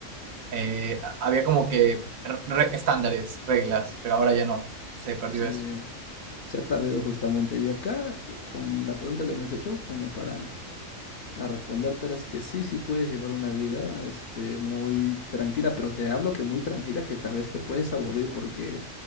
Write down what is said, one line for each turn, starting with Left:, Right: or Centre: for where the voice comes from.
Right: eh, había como que re- re- estándares, reglas, pero ahora ya no, se perdió
Left: Sí,
Right: eso.
Left: se ha perdido justamente. Y acá, con la pregunta que me has hecho, como para A respondértela es que sí, sí puedes llevar una vida, este, muy tranquila, pero te hablo que muy tranquila, que tal vez te puedes aburrir porque